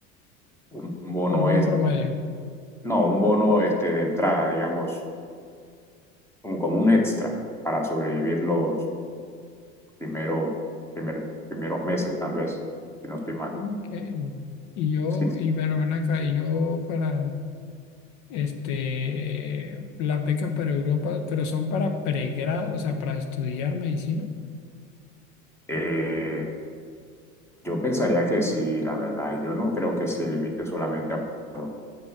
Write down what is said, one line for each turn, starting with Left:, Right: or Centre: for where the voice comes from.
Centre: un, un bono
Left: Por buen
Centre: es,
Left: promedio.
Centre: no, un bono este, de entrada, digamos, un, como un extra para sobrevivir los, primero, primer, primeros meses, tal vez, si no estoy mal.
Left: Ok. Y yo,
Centre: Sí, sí.
Left: y bueno, ven acá, y yo para, este, las becas para Europa, pero son para pregrado, o sea, para estudiar medicina,
Centre: Eh, yo pensaría que sí, la verdad. Yo no creo que se limite solamente a... probarlo.